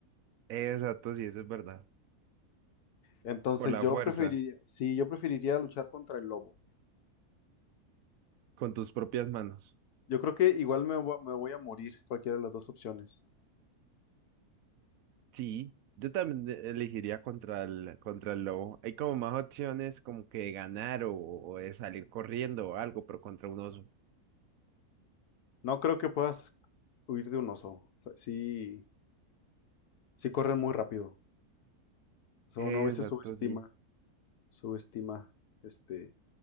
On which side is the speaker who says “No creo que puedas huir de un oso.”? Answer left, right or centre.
Left